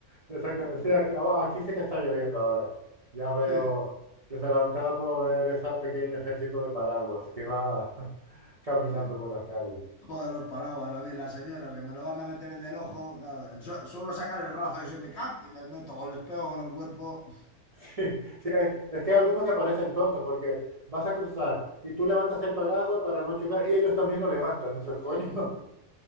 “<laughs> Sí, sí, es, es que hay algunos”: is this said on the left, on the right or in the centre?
Right